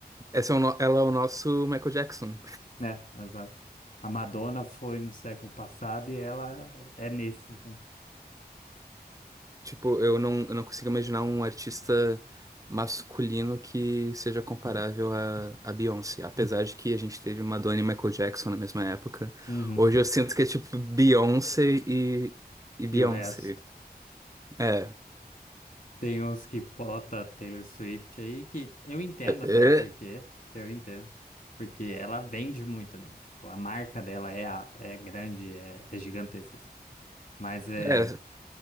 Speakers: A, on the right; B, on the left.
A: Essa é o no- ela é o nosso Michael Jackson.
B: né? Exato. A Madonna foi no século passado e ela é nesse, entendeu?
A: Tipo, eu não, eu não consigo imaginar um artista masculino que seja comparável a, a Beyoncé. Apesar de que a gente teve Madonna e Michael Jackson na mesma época.
B: Uhum.
A: Hoje eu sinto que é tipo Beyoncé e, e Beyoncé.
B: E o resto.
A: É,
B: Tem uns que bota Taylor Swift aí que eu entendo
A: é,
B: até o porquê, eu entendo. Porque ela vende muito, né? Tipo, a marca dela é, a- é grande, é, é gigantesca. assim. Mas é,
A: é. é.